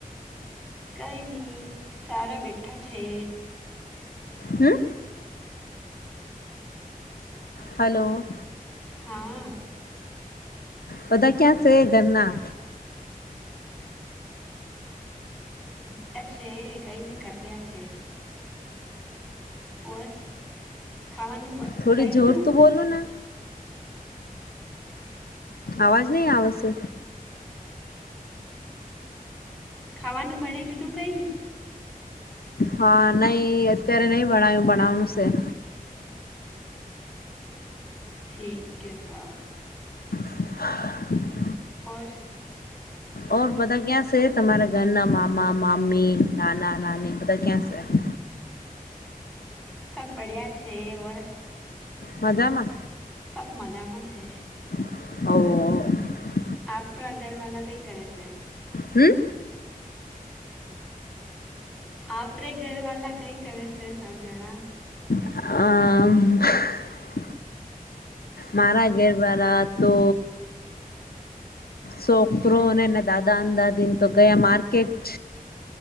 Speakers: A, in the centre; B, on the left (about 85°).
A: કઈની સારા બેઠા છે.
B: હમ્મ હલો
A: હા
B: બધા ક્યાં છે ઘરના?
A: બેઠા છે, કઈ ન કર રહ્યા છે? ઓર ખાવાનું બ-
B: થોડી
A: ખાઈ લીધું
B: જોર તું બોલોને અવાજ નહી આવેશે.
A: ખાવાનું બના લીધું કઈ
B: હા નહી અત્યારે નહી બણાયું બનાવાનું સે.
A: ઠીક કે સા
B: <inaudible>
A: ઓર.
B: ઓર બધા ક્યાં છે? મારા ઘરના મામા મામી, નાના નાની, બધા ક્યાં છે? <inaudible>
A: સબ બડિયા છે ઓર
B: મજામાં.
A: સબ મજામાં છે
B: આવો અ
A: આપણા ઘર વાલા કઈ કરે છે.
B: હમ.
A: આપરે ઘર વાલા કઈ કરે છે સબ જણા
B: આમ. મારા ઘેર વારા તો શોકરો અને એના દાદા અં દાદીન તો ગયા મારકેટ